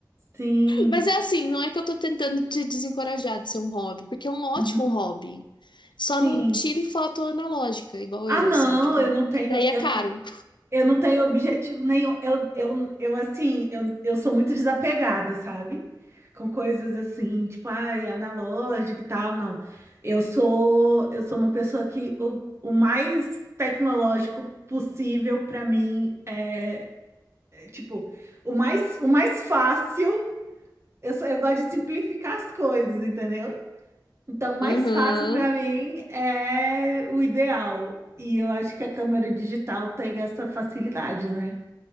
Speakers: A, on the right; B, on the left.
A: Sim.
B: Mas é assim, não é que eu tô tentando te desencorajar de ser um hobby, porque é um ótimo
A: Uhum.
B: hobby. Só
A: Sim.
B: não tire foto analógica, igual
A: Ah,
B: eu,
A: não,
B: assim, tipo,
A: eu não tenho.
B: que daí é caro.
A: Eu não tenho objetivo nenhum. Eu, eu, eu assim, eu, eu sou muito desapegada, sabe? Com coisas assim, tipo, ai, analógica e tal, não. Eu sou, eu sou uma pessoa que o, o mais tecnológico possível para mim é, é, tipo, o mais, o mais fácil, eu, sou- eu gosto de simplificar as coisas, entendeu? Então, mais
B: Uhum.
A: fácil para mim é o ideal. E eu acho que a câmera digital tem essa facilidade, né?